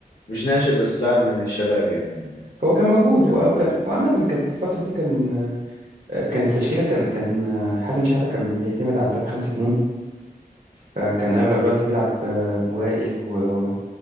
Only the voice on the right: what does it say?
هو كان موجود
و- وكان وعامة كانت الفترة دي كان آه، كانت التشكيلة كان كان آه، حسن شحاتة كان بيعتمد على 3 5 2 فكان أغلب الوقت بيلعب آه، بوائل و- و-